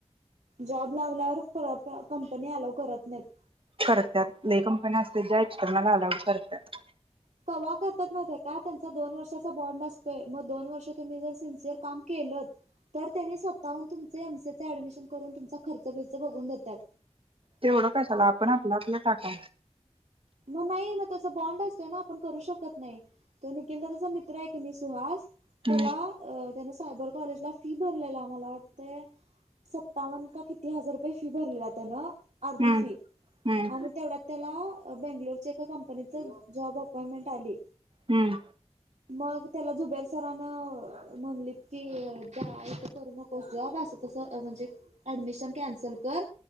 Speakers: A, on the right; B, on the right.
A: जॉब लागल्यावर परत कंपनी अलाव करत नाहीत.
B: करत्यात लई कंपन्या असतील ज्या एक्स्टर्नल अलाऊड करत्यात.
A: कवा करतात माहितेका त्यांचा दोन वर्षाचा बॉन्ड असतोय. मग दोन वर्ष तुम्ही जर सिन्सिअर काम केलंत तर त्यांनी स्वतःहून तुमचे एम सी चे ऍडमिशन करून तुमचा खर्च बिर्च बघून देत्यात.
B: तेवढं कशाला आपण आपलं आपलं टाका
A: मग नाही मग तस बॉन्ड असतोय ना आपण करू शकत नाही तो निखिल दादा चा मित्र आहे की नाही सुहास त्याला
B: हम्म
A: अ त्याच्यासा सायबर कॉलेजला फी भरलेला. मला वाटतय सत्तावन्न का किती हजार रुपये फी भरलेला त्यानं अर्धी
B: हम्म
A: फी
B: हम्म
A: आणि तेवढ्यात त्याला बंगलोरच्या एका कंपनीच जॉब अपॉइंटमेंट आली.
B: हम्म.
A: मग त्याला जुबेर सरानं म्हणलीत की जा इथं करू नकोस जॉब असं तसं म्हणजे ऍडमिशन कॅन्सल कर,